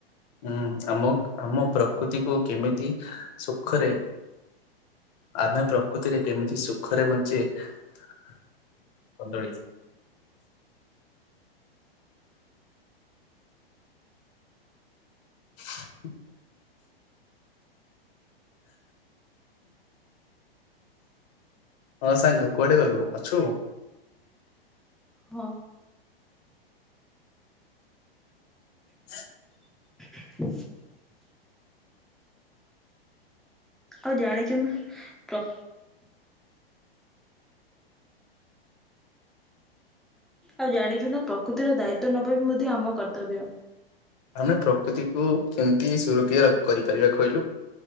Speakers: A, on the left (about 45°); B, in the centre.
A: ହୁଁ ଆମ ଆମ ପ୍ରକୃତିକୁ କେମିତି ସୁଖରେ ଆମେ ପ୍ରକୃତିରେ କେମିତି ସୁଖରେ ବଞ୍ଚେ କଦଳୀ <inaudible> <unintelligible> ହଁ ସାଙ୍ଗ କୁଆଡେ ଗଲୁ ଅଛୁ
B: ହଁ
A: <inaudible>
B: <inaudible> ଆଉ ଜାଣିଛୁ ନା ପ୍ର ଆଉ ଜାଣିଛୁ ନା ପ୍ରକୃତିର ଦାୟିତ୍ଵ ନବା ବି ମଧ୍ୟ ଆମ କର୍ତ୍ତବ୍ୟ।
A: ଆମେ ପ୍ରକୃତିକୁୁ କେମିତି ସୁରକ୍ଷା କରିପାରିବା କହିଲୁ?